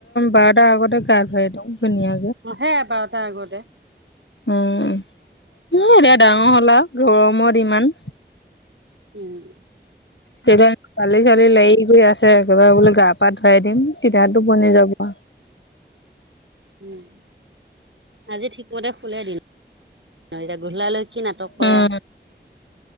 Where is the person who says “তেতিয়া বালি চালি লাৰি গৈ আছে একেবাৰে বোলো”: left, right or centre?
Left